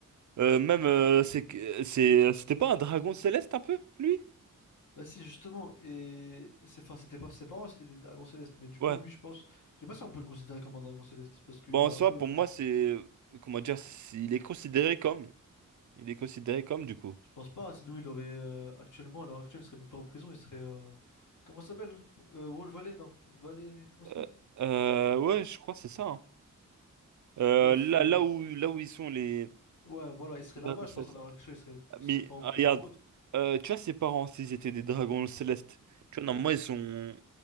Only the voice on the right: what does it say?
Euh, même, euh, c'est, que- euh, c'est, euh, c'était pas un dragon céleste un peu, lui?
Ouais.
Bon, en
soi,
pour moi,
c'est, comment dire, c'est- il est considéré comme, il est considéré comme, du coup.
Euh, euh, ouais, je crois que c'est ça. hein. Euh,
là,
là où, là où ils sont les
dragons célestes.
Mais
ah,
regarde,
euh, tu vois, ses parents, s'ils étaient des dragons célestes, tu vois,
normalement, ils sont,